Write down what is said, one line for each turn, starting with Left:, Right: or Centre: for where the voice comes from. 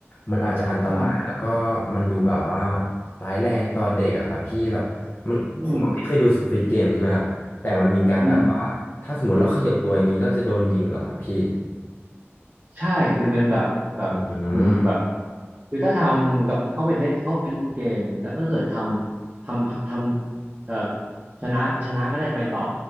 Left: มันอาจจะอันตรายแล้วก็มันดูแบบว่า
Right: อืม
Left: ร้ายแรงต่อเด็กอะครับพี่แบบมันผมไม่เคยดูสควิดเกมใช่ไหมครับแต่มันมีการแบบว่าถ้าสมมติเราขยับตัวอย่างนี้เราจะโดนยิงเหรอครับพี่
Right: อืมอืม ใช่คือเป็นแบบแบบอืมแบบ
Left: อืม
Right: คือถ้าทำมันกับเข้าไปเล่นเข้าไปเล่นเกมแล้วก็เกิดทำทำทำเอ่อชนะชนะก็ได้ไปต่อ